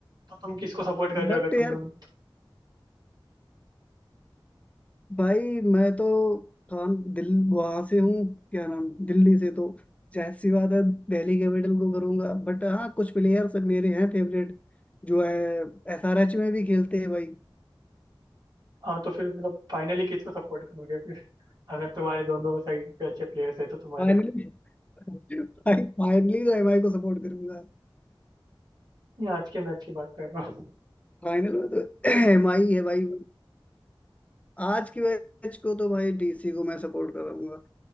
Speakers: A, on the right; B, on the left.
A: तो तुम किसको सपोर्ट कर रहे
B: बट
A: हो अगर
B: यार
A: तुम दोनों
B: भाई मैं तो कान दिल वहां से हूँ क्या नाम दिल्ली से तो जाहिर सी बात है दिल्ली कैपिटल को करूंगा बट हाँ कुछ प्लेयर्स मेरे हैं फेवरेट जो है एसआरएच में भी खेलते हैं भाई
A: हाँ तो फिर मतलब फाइनली किसको सपोर्ट करोगे फिर अगर तुम्हारे दोनों साइड पे अच्छे प्लेयर्स है तो तुम्हारे
B: फाइनली भाई फाइनली तो एमआई को सपोर्ट करूंगा
A: नहीं आज के मैच की बात कर रहा हूँ
B: फाइनल में तो एमआई है भाई आज की मैच को तो भाई डीसी को मैं सपोर्ट करूंगा